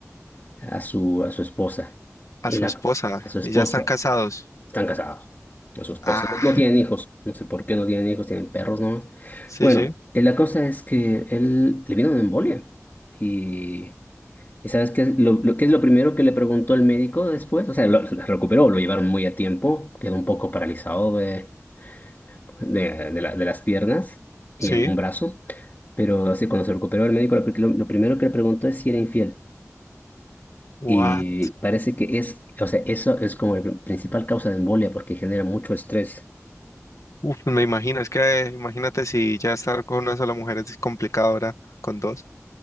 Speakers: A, on the left (about 40°); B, on the left (about 75°).
A: a su, a su esposa.
B: A
A: Y
B: su
A: la,
B: esposa.
A: a su esposa.
B: ¿Y ya están casados?
A: Están casados. A su esposa.
B: Ah,
A: No, no tienen hijos. No sé por qué no tienen hijos, tienen perros nomás.
B: sí,
A: Bueno,
B: sí,
A: eh, la cosa es que él le vino una embolia. Y, y ¿sabes qué es lo, lo- qué es lo primero que le preguntó el médico después? O sea, lo, lo recuperó, lo llevaron muy a tiempo. Quedó un poco paralizado de de, de la- de las piernas y
B: sí.
A: algún brazo, pero así cuando se recuperó el médico, lo, pri- lo primero que le preguntó es si era infiel.
B: What?
A: Y parece que es, o sea, eso es como la pr- principal causa de embolia porque genera mucho estrés.
B: Uf, pues me imagino, es que imagínate si ya estar con una sola mujer es complicado ahora con dos.